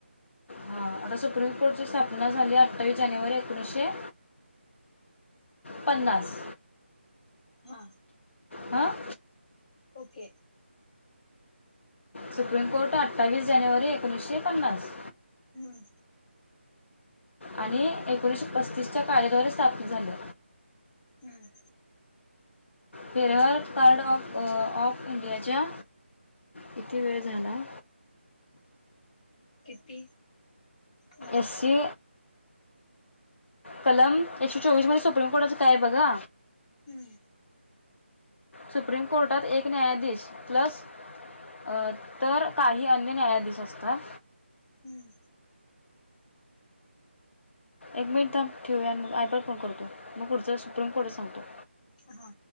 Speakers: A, on the left (about 70°); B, on the left (about 25°).
A: हा आता सुप प्रिम कोर्ट ची स्थापना झाली अठ्ठावीस जानेवारी एकोणीसशे पन्नास
B: हा
A: आ
B: ओके
A: सुप्रीम कोर्ट अठ्ठावीस जानेवारी एकोणीसशे पन्नास
B: हम्म
A: आणि एकोणीसशे पस्तीसच्या कायदेद्वारे स्थापन झालं.
B: हम्म
A: फेरहर कार्ड ऑफ ऑफ इंडियाच्या, किती वेळ झाला.
B: किती? नाही
A: एशी कलम एकशे चोवीस मध्ये सुप्रीम कोर्टाच काय आहे बघा.
B: हम्म
A: सुप्रीम कोर्टात एक न्यायाधीश, प्लस अ तर काही अन्य न्यायाधीश असतात.
B: हम्म
A: एक मिनिट थांब. ठेवूया मग, वायफाय वर फोन करतो. मग पुढच सुप्रीम कोर्ट सांगतो.
B: हा